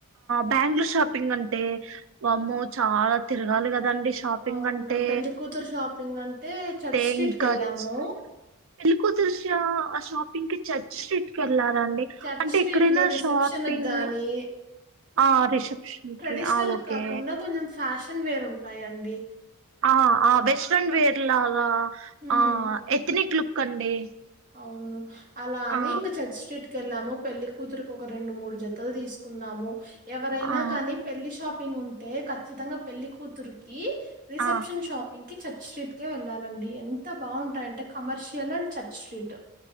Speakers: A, on the right (about 60°); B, on the right (about 40°).
A: బ్యాంగ్ళూరు షాపింగ్ అంటే వామ్మో చాలా తిరగాలి కదఅండి షాపింగ్
B: అవును
A: అంటే
B: పెళ్లి కూతురు షాపింగ్ అంటే చర్చ్
A: టే
B: స్ట్రీట్
A: ఇంకా
B: కి వెళ్ళాము
A: చ్చ పెళ్ళి కూతురు షా అష్ షాపింగ్ కి చర్చికి ఎళ్ళాలఅండి
B: చర్చ్
A: అంటే
B: స్ట్రీట్
A: ఎక్కడైనా
B: లో రిసెప్షన్
A: షాపింగ్
B: గాని
A: ఆ రిషెప్షన్
B: ట్రెడిషనల్
A: కి ఆ ఓకే
B: కాకుండా కొంచెం ఫ్యాషన్ వేర్ ఉంటాయ్ అండి
A: ఆ ఆ వెస్ట్రన్ వేర్ లాగా
B: హ్మ్.
A: ఆ ఎథనిక్ లుక్ అండి
B: అవును అలా అని
A: ఆ
B: ఇంకా చేర్చికి కేళ్ళాము పెళ్లి కూతురుకి ఒక రెండు మూడు జతలు తీసుకున్నాము ఎవరైనా
A: ఆ
B: కానీ పెళ్లి షాప్ పింగ్ ఉంటే కచ్చితంగ పెళ్ళికూతురుకి రిసెప్షన్
A: ఆ
B: షాపింగ్ కి చర్చ్ స్ట్రీట్ గ వెళ్ళాల అండి ఎంత బావుంటాయి అంటే ఖమర్షియల్ అండ్ చర్చ్ స్ట్రీట్